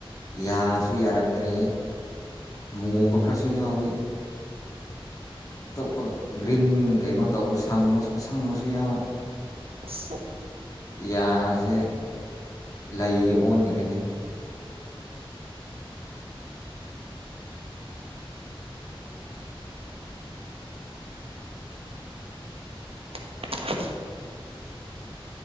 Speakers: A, on the left; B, on the right.
A: ꯌꯥꯁꯨ ꯌꯥꯔꯛꯇ꯭ꯔꯦ ꯃꯨꯕ ꯈꯔꯁꯨ ꯌꯥꯎꯋꯤ ꯑꯇꯣꯞꯄ ꯒ꯭ꯔꯤꯟ ꯀꯩꯅꯣ ꯇꯧꯕ ꯁꯪꯕꯁꯨ ꯑꯁꯪꯕꯁꯨ ꯌꯥꯎꯋꯦ
B: ꯏꯁ ꯑꯥ
A: ꯌꯥꯁꯦ ꯂꯩ ꯑꯣꯟꯈ꯭ꯔꯦꯅꯦ
B: <inaudible>